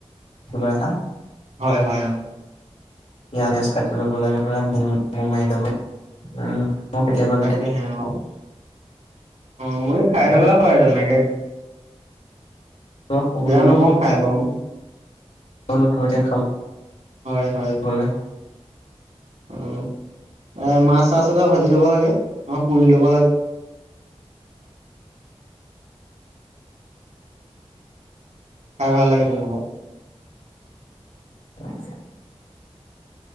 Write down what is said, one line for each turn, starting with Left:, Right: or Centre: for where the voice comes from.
Left: কিবা এটা।
Right: হয় হয়, অ'।
Left: পিয়াঁজ কাটি ল'ব লাগিব নিম নেমু মাৰি লব উম। মই কেতিয়াবা
Right: তাকে হে, অ' অ', মইয়ো খাই
Left: কেতিয়াবা
Right: থকা হয় তেনেকে।
Left: শুইও
Right: বেয়া নাপাওঁ খাই বাও।
Left: <unintelligible> এতিয়া খাব
Right: হয় হয়
Left: বোলে।
Right: উম। এ, মাছ-চাছ এটা ভাজি ল'ব লাগে নহ পুৰি ল'ব লাগে।
Left: <inaudible>
Right: খাই ভাল লাগে তেনেকুৱা।
Left: <unintelligible>